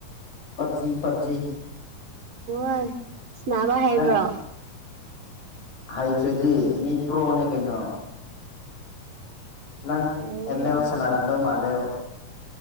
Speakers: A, on the left; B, on the right.
A: ꯄꯞꯖꯤ ꯄꯞꯖꯤ
B: ꯑꯣ ꯁꯅꯥꯕ ꯍꯥꯏꯕ꯭ꯔꯣ
A: ꯑ ꯍꯩꯇ꯭ꯔꯗꯤ ꯃꯤ ꯄ꯭ꯔꯣꯅꯦ ꯀꯩꯅꯣ ꯅꯪ
B: ꯍꯩꯌꯦ
A: ꯑꯅꯤꯃꯛ ꯁꯅꯔꯝꯗꯧ ꯃꯟꯂꯦꯕꯨ